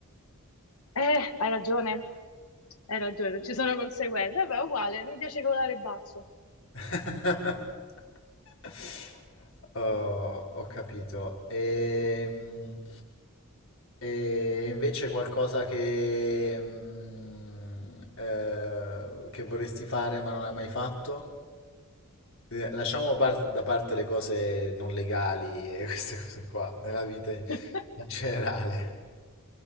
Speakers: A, on the left (about 80°); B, on the left (about 65°).
A: Eh, hai ragione, hai ragione, ci sono conseguenze, vabbè, uguale, mi piace volare basso.
B: eh. <laughs> Oh, ho capito. Ehm, E, invece qualcosa che, mm, eh, che vorresti fare ma non hai mai fatto? Eh, Lasciamo par- da parte le cose non legali e <laughs> queste cose qua, nella vita in
A: <laughs>
B: in generale.